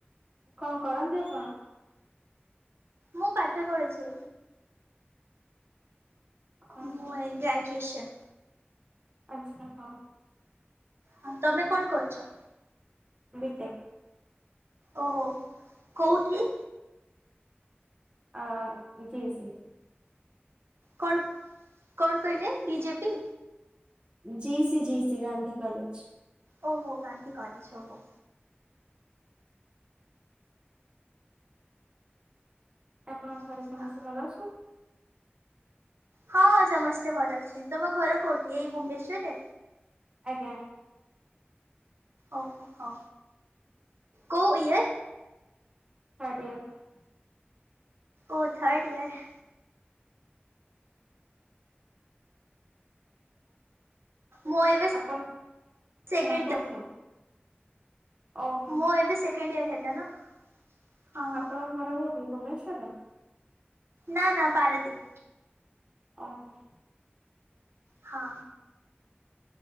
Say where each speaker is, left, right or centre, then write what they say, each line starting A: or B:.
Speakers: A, on the right; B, on the right.
A: କଣ କରନ୍ତି ଆପଣ?
B: ମୁଁ ପାଠ ପଢିଛି
A: କଣ
B: ମୁଁ ଏ ଗ୍ରାଜୁଏସନ୍
A: ଆଛା ହୋଉ
B: ହଁ ତମେ କଣ କରୁଛ?
A: ବିିଟେକ୍
B: ଓହୋ କୋଉଠି
A: ଆ ଜି ସି
B: କଣ କଣ କହିଲେ BJP
A: ji C G C Gandhi college
B: ଓହୋ ଗାନ୍ଧୀ କଲେଜ ଓ ହୋ
A: ଆପଣଙ୍କ
B: ଆଚ୍ଛା।
A: ଘରେ ସମସ୍ତେ ଭଲ ଅଛନ୍
B: ହଁ ସମସ୍ତେ ଭଲ ଅଛି ତମ ଘର କୋଉଠି ଏଇ ଭୁବନେଶ୍ଵରରେ
A: ଆଜ୍ଞା
B: ଓହୋ ହ କୋଉ ଇଏ
A: <unintelligible>
B: ଓ ଥର୍ଡ ଇୟର ମୁଁ ଏବେ
A: ଆପଣ
B: ସେକଣ୍ଡ
A: ହଁ କୁହନ୍ତୁ କୁହନ୍ତୁ। ଓହୋ
B: ମୁଁ ଏବେ ସେକେଣ୍ଡ ଇୟର ହେଲା ନା ହଁ
A: ଆପଣଙ୍କ ଘର କୋଉଠି ଭୁବନେଶ୍ଵର?
B: ନା ନା ପାରାଦୀପ
A: ଓହୋ
B: ହଁ